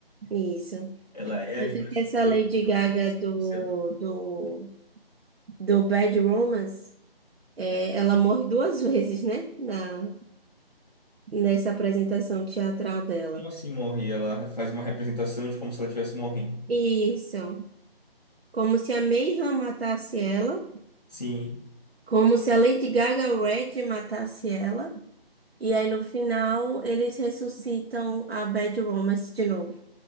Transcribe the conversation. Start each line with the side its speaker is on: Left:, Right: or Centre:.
Right: isso.
Left: Ela é
Right: Tanto
Left: as duas
Right: que essa
Left: coisas,
Right: Lady
Left: ela
Right: Gaga
Left: é,
Right: do,
Left: sei lá.
Right: do, do Bad Romance, é, ela morre duas <laughs> vezes, né? Na, nessa apresentação teatral dela.
Left: Como assim morre? Ela faz uma representação de como se ela estivesse morrendo.
Right: Isso. Como se a Mayhem matasse ela,
Left: Sim.
Right: como se a Lady Gaga Red matasse ela, e aí no final eles ressuscitam a Bad Romance de novo.